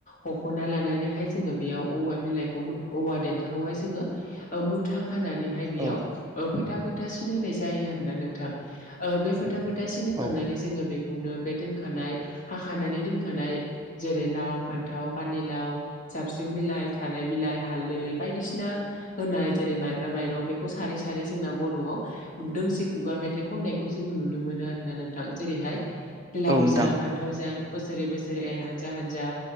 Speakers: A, on the left; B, on the right.
A: हख'ना लानानैहाय जोङो बेयाव औवा बिलाइखौ औवा देनथाखौहाय जोङो ओ मुथा खानानैहाय बेताल
B: औ
A: ओ फोथा फो फोथासिन होनाय जायो आरोना नोंथां ओ बे फोथा फोथासिन होखांनानै
B: औ
A: जोङो बेखौनो दोनखानाय हाखानानै दोनखानाय जेरै लाव, फान्थाव, पानिलाव, जाबस्रिं बिलाइ थाराय बिलाइ हालदै बायदिसिना होनाय जेरै माइब्रा माइरं बेखौ सारै सारै जोंना बर'आव दोंसे खुगा मेथाइ खननायखौ खौ जोङो नुनो मोनो आरो ना नोंथां जेरैहाय लाव
B: औ नोंथां
A: जा फान्थाव जा बोसोरै बोसोरै एर हानजा हानजा